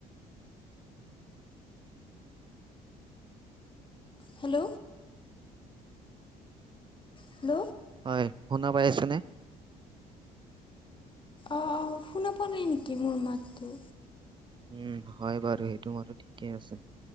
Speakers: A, on the left (about 25°); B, on the right (about 25°).
A: হেল্ল'। হেল্ল'।
B: হয় শুনা পাই আছেনে?
A: অ অ শুনা পোৱা নাই নেকি মোৰ মাতটো?
B: উম হয় বাৰু সেইটো বাৰু ঠিকেই আছে